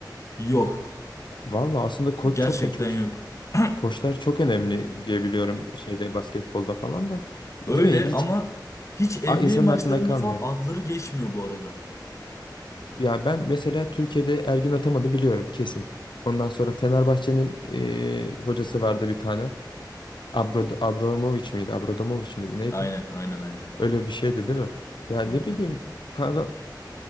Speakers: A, on the left (about 40°); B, on the left (about 80°).
A: Yok.
B: Valla aslında koç
A: Gerçekten
B: çok koç,
A: yok. <clears throat>
B: koçlar çok önemli diye biliyorum şeyde basketbolda falan da değil
A: Öyle
B: mi? Hiç
A: ama hiç NBA
B: a- insanın
A: maçlarında
B: aklında kalmıyor.
A: falan adları geçmiyor bu arada.
B: Ya ben mesela Türkiye'de Ergin atamadı biliyorum kesin. Ondan sonra Fenerbahçe'nin eee, hocası vardı bir tane. Abro, Abramovich miydi? Abramovich miydi? Neydi?
A: Aynen, aynen, aynen.
B: Öyle bir şeydi değil mi? Ya ne
A: Hı hı.
B: bileyim kanka